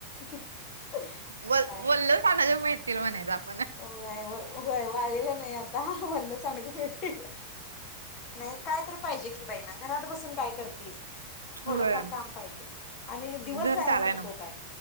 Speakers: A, on the left; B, on the right.
A: काय
B: व वल्ल सांडग मिळ मिळतील म्हणायच आपण.
A: <unintelligible> व्हय वाळलेल नाही आता वल्ल सांडग मिळतील. नाही काय तरी पाहिजे की बाई ना घरात बसून काय करत थोडफार
B: होय
A: काम पाहिजे आणि दिवस
B: घर
A: जायला
B: चालाय
A: नको काय?